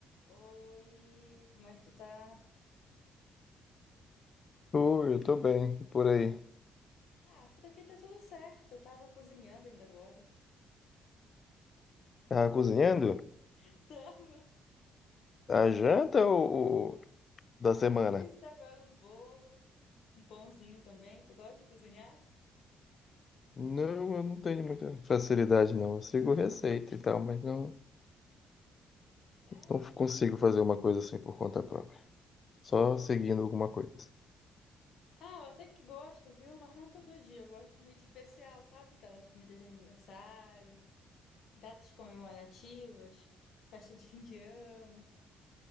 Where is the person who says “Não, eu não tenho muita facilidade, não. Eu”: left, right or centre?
Left